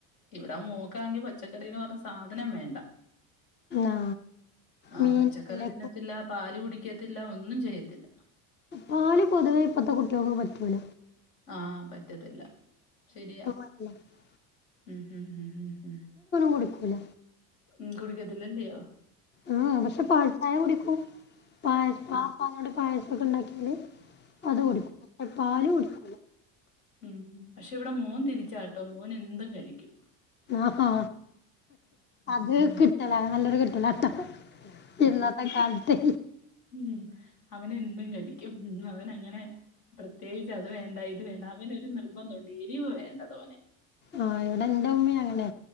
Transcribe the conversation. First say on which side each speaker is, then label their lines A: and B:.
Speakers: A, on the left (about 60°); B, on the left (about 25°).
A: ഇവിട മോക്കാണങ്കി പച്ചക്കറീ പറഞ്ഞ സാധനം വേണ്ട
B: ആ
A: ആഹ്
B: മീനില്ലേ
A: പച്ചക്കറി തിന്നത്തില്ല. പാല് കുടിക്കത്തില്ല. ഒന്നും ചെയ്യത്തില്ല.
B: പാല് പൊതുവേ ഇപ്പത്തെ കുട്ട്യോക്ക് പറ്റൂല
A: ആഹ് പറ്റത്തില്ല. ശര്യാ
B: <unintelligible>
A: ഉം ഉം ഉം ഉം ഉം
B: കൊടുക്കൂല
A: ഉം കുടിക്കത്തിലല്ല്യോ
B: ഉം പക്ഷേ പാൽച്ചായ കുടിക്കൂ പാൽ ആ പാലോണ്ട് പായസോക്കെ ഇണ്ടാക്ക്യാല് അത് കുടിക്കും ക്ഷേ പാല് കുടിക്കൂല
A: ഉം പക്ഷേ ഇവടെ മോൻ തിരിച്ചാട്ടോ മോൻ എന്തും കഴിക്കും
B: ആഹ് ഹാ അത്
A: ഹ്.
B: കിട്ടലാ. നല്ലൊരു കിട്ടലാട്ടോ. ഇന്നത്തെ കാലത്തെ
A: ഉം അവന് എന്തും കഴിക്കും. ഉം അവനങ്ങനെ പ്രത്യേകിച്ച് അത് വേണ്ട ഇത് വേണ്ട അവന് ഒരു നിർബന്ധോണ്ട് എരിവ് വേണ്ട തോനെ.
B: ആ ഇവിടെ എന്റെ ഉമ്മയും അങ്ങനെ